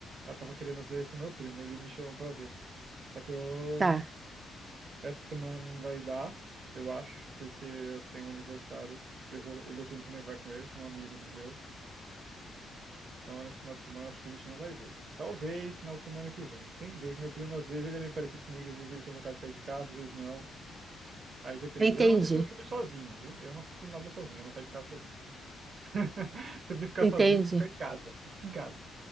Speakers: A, on the right; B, on the right.
A: Eu tava querendo ver com meu primo, ele me chamou pra ver. Só que eu
B: Tá,
A: Essa semana não vai dar, eu acho, porque eu tenho um aniversário. Eu vou, e meu primo também vai com ele, com um amigo meu. Então, nesse final de semana, acho que a gente não vai ver. Talvez final de semana que vem. Tem que ver, que meu primo, às vezes, ele é meio parecido comigo, às vezes ele tem vontade de sair de casa, às vezes não. Aí depende.
B: entendi,
A: Eu não assisti o filme sozinho, viu? Eu não assisto nada sozinho, eu não saio de casa sozinho. <laughs> Se eu me ficar
B: entendi.
A: sozinho, eu prefiro ficar em casa. Fica em casa.